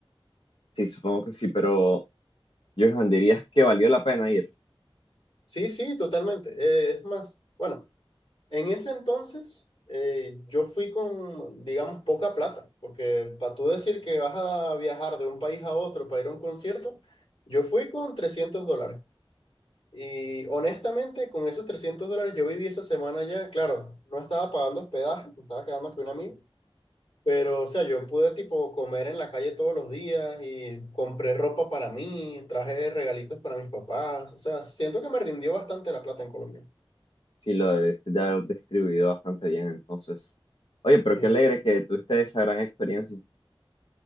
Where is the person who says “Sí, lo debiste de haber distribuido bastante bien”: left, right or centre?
Left